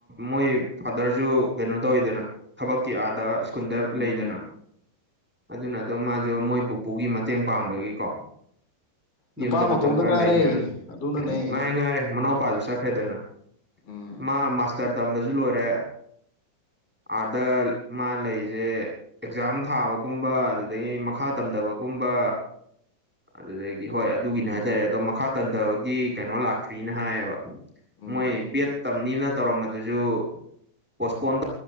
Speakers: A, in the centre; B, on the left (about 60°).
A: ꯃꯣꯏ ꯐꯥꯗꯔꯁꯨ ꯀꯩꯅꯣ ꯇꯧꯋꯤꯗꯅ ꯊꯕꯛꯀꯤ ꯑꯥꯗ ꯁ꯭ꯀꯨꯜꯗ
B: ꯎꯝ
A: ꯂꯩꯗꯅ ꯑꯗꯨꯅ ꯑꯗꯨꯝ ꯃꯥꯁꯨ ꯃꯣꯏ ꯄꯨꯄꯨꯒꯤ ꯃꯇꯦꯡ ꯄꯥꯡꯕꯒꯤꯀꯣ
B: ꯅꯨꯄꯥ
A: ꯌꯨꯝꯗ ꯃꯇꯝ
B: ꯃꯇꯣꯝꯇ
A: ꯈꯔ
B: ꯉꯥꯏꯔꯦ
A: ꯂꯩꯅꯤ ꯍꯥꯏꯅꯤ
B: ꯑꯗꯨꯅꯅꯦ
A: ꯉꯥꯏꯔꯦ ꯉꯥꯏꯔꯦ ꯃꯅꯥꯎ ꯄꯥꯁꯨ ꯆꯠꯈ꯭ꯔꯦꯗꯅ
B: ꯎꯝ
A: ꯃꯥ ꯃꯥꯁꯇꯔ ꯇꯝꯕꯁꯨ ꯂꯣꯏꯔꯦ ꯑꯥꯗ ꯃꯥ ꯂꯩꯁꯦ ꯑꯦꯛꯖꯥꯝ ꯊꯥꯕꯒꯨꯝꯕ ꯑꯗꯨꯗꯒꯤ ꯃꯈꯥ ꯇꯝꯊꯕꯒꯨꯝꯕ ꯑꯗꯨꯗꯒꯤ ꯍꯣꯏ ꯑꯗꯨꯒꯤꯅꯦ
B: ꯎꯝ
A: ꯍꯥꯏꯇꯥꯔꯦ ꯑꯗꯣ ꯃꯈꯥ ꯇꯟꯊꯕꯒꯤ ꯀꯩꯅꯣ ꯂꯥꯛꯇ꯭ꯔꯤꯅ ꯍꯥꯏꯌꯦꯕ
B: ꯎꯝ
A: ꯃꯣꯏ ꯕꯦꯠ ꯇꯝꯅꯤꯅ ꯇꯧꯔꯝꯕꯗꯨꯁꯨ ꯄꯣꯁꯄꯣꯟ ꯇꯧ